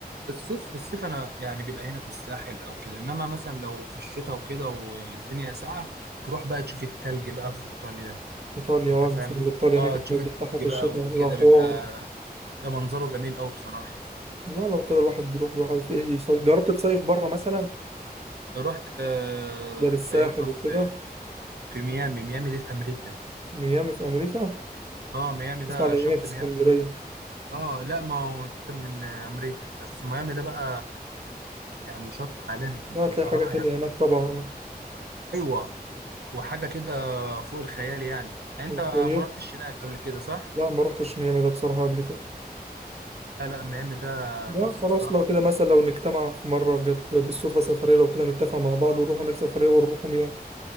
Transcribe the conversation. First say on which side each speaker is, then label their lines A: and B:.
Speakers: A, on the right (about 85°); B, on the right (about 40°).
A: الصيف الصيف انا يعني بيبقى هنا في الساحل او كده انما مثلا لو في الشتاء وكده والدنيا ساقعه تروح بقى تشوف التلج بقى في ايطاليا
B: ايطاليا
A: انت
B: اه
A: فاهم
B: مثلا ايطاليا
A: اه
B: هناك الجو
A: تشوف التلج
B: بتاعها في الشتاء
A: بقى وكده
B: بيبقى حوار
A: بيبقى بيبقى منظره جميل قوي بصراحه
B: لا لو كده الواحد يروح الواحد في ايه يصيف جربت تصيف بره مثلا
A: رحت آه،
B: غير الساحل
A: صيفنا في
B: وكده
A: في ميامي ميامي دي في امريكا
B: ميامي في امريكا
A: اه ميامي
B: اسمع
A: ده
B: على ميامي
A: شط
B: في اسكندرية
A: ميامي اه لا ما هو اتخذ من آه، امريكا بس ميامي ده بقى يعني شط عالمي
B: لا هتلاقي
A: بصراحة
B: حاجة تانية
A: يعني
B: هناك طبعا
A: ايوه وحاجة كده فوق الخيال يعني يعني
B: الصيف
A: انت ما رحتش هناك قبل كده صح؟
B: لا ما روحتش ميامي ده بصراحة قبل كده
A: لا لا ميامي ده
B: لا
A: بص
B: خلاص
A: الصراحة
B: لو كده مثلا لو نجتمع في مرة جت بالصدفة سفرية لو كده نتفق مع بعض ونروح هناك سفرية ونروح ميامي